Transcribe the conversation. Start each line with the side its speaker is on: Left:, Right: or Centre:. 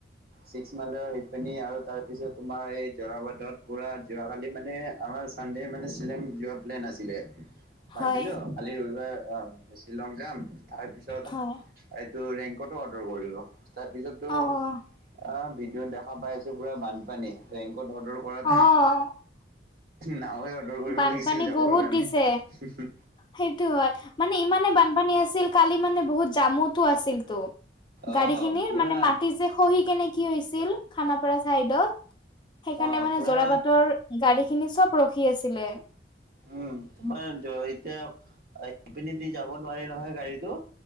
Right: ছিক্স মাইলৰ সিপিনি আৰু তাৰ পিছত তোমাৰ এই যোৰাবাটত পুৰা যোৱাকালি মানে আমাৰ ছানডে মানে শ্বিলং যোৱা প্লেন আছিলে ভাবিলো
Left: হয়
Right: কালি ৰবিবাৰ অ শ্বিলং যাম তাৰপিছত
Left: হয়
Right: এইটো ৰেংকত অৰ্ডাৰ কৰিলো তাৰ পিছতো
Left: অ'
Right: অ ভিডিঅ'ত দেখা পাই আছো পুৰা বানপানী ৰেংকত অৰ্ডাৰ কৰাটো
Left: অ'
Right: নাওৱে অৰ্ডাৰ কৰিব
Left: বানপানী
Right: লাগিছিল যাবৰ
Left: বহুত
Right: কাৰণে
Left: দিছে।
Right: উম হু
Left: সেইটো হয় মানে ইমানে বানপানী হৈছিল কালি মানে বহুত জামোতো আছিল তো গাড়ী
Right: আহ
Left: খিনিৰ
Right: পুৰা
Left: মানে মাটি যে খহি কেনে কি হৈছিল খানাপাৰা চাইডত সেইকাৰণে
Right: আহ
Left: মানে
Right: পুৰা
Left: জোৰা বাটৰ গাড়ী খিনি চব ৰখি আছিলে
Right: উম তোমাৰ এতিয়া ইপিনে দি যাব নোৱাৰি নহয় গাড়ীটো